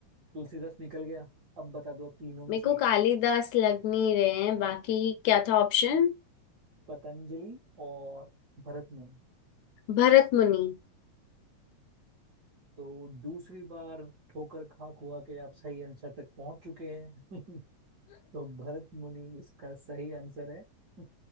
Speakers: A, on the right; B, on the left.
A: तुलसीदास निकल गया अब बता दो अब तीनों में
B: मेरे
A: से
B: को
A: एक
B: कालिदास लग नहीं रहे हैं बाकी क्या था ऑप्शन
A: पतंजलि और भरत मुनि
B: भरत मुनि
A: तो दूसरी बार ठोकर खा खुआ के आप सही आंसर तक पहुंच चुके हैं <laughs> तो भरत मुनि इसका सही आंसर है <laughs>